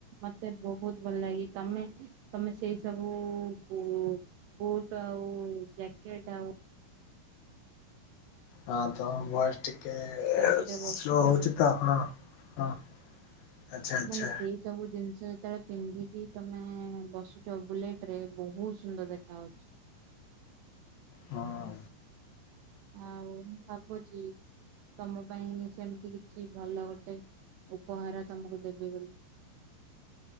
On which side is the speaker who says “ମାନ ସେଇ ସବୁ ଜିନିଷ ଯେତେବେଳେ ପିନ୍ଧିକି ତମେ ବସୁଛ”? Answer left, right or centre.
Right